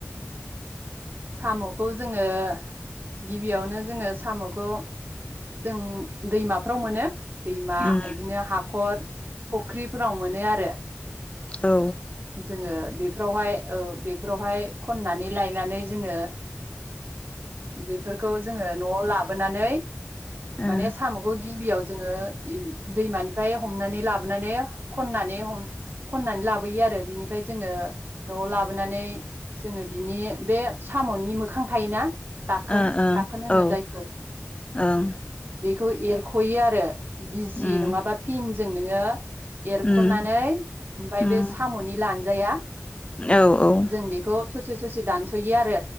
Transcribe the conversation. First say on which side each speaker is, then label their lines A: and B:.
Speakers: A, on the right (about 50°); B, on the left (about 25°).
A: साम'खौ जोङो गिबियावनो जोङो साम'खौ जों दैमाफ्राव मोनो दैमा
B: उम
A: बिदिनो हाखर फुख्रिफोराव मोनो आरो
B: औ ओ
A: जोङो बेफोरावहाय ओ बेफोरावहाय खननानै लायनानै जोङो बेफोरखौ जोङो न'आव लाबोनानै माने
B: ओ
A: साम'खौ गिबियाव जोङो दैमानिफ्राय हमनानै लाबोनानै खननानै ह खननानै लाबोयो आरो बिनिफ्राय जोङो न'आव लाबोनानै जोङो बिनि बे साम'नि मोखां थायोना दाखोन
B: ओ
A: दाखोन होनो
B: ओ औ
A: जाय
B: ओं
A: बेखौ एरख'यो आरो बि जि
B: उम
A: नङाबा फिनजों नोङो एरख'नानै
B: उम
A: ओमफ्राय
B: उम
A: बे साम'नि लानजाया
B: औ औ
A: जों बेखौ ससे ससे दानस'यो आरो